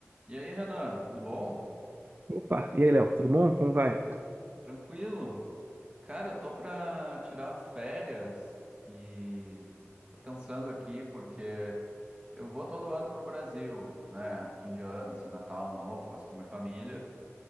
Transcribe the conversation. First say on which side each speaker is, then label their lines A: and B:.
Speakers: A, on the right; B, on the right.
A: E aí, Renan, tudo bom?
B: Opa, e aí, Léo, tudo bom? Como vai?
A: Tranquilo? Cara, eu tô pra tirar férias e tô pensando aqui porque eu vou todo ano pro Brasil, né? Fim de ano, assim, Natal, Ano Novo, faço com minha família.